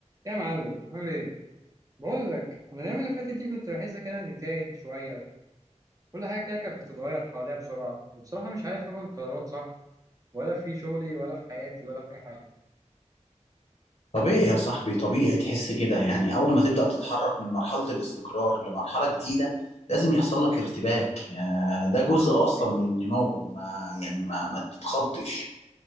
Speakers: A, on the right; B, on the left.
A: إيه يا معلم عامل ايه؟ بقول لك انا الايام اللي فاتت دي كنت بحس كده اني تايه شويه كل حاجه كده كانت بتتغير حواليا بسرعه وبصراحه مش عارف اخد قرارات صح ولا في شغلي ولا في حياتي ولا في اي حاجه
B: طبيعي يا صاحبي طبيعي تحس كده يعني أول ما تبدأ تتحرك من مرحلة الاستقرار لمرحلة جديدة لازم يحصل لك ارتباك آه، ده جزء أصلا من النمو ما يعني ما ما تتخضش